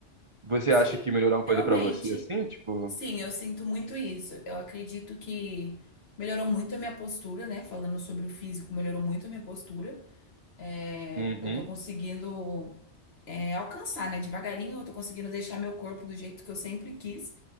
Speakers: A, on the right (about 45°); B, on the left (about 60°).
A: Você
B: Sim,
A: acha que melhorar uma
B: realmente.
A: coisa pra você assim, tipo,
B: Sim, eu sinto muito isso. Eu acredito que melhorou muito a minha postura, né? Falando sobre o físico, melhorou muito a minha postura. É,
A: uhum,
B: eu tô conseguindo, é, alcançar, né? Devagarinho, eu tô conseguindo deixar meu corpo do jeito que eu sempre quis.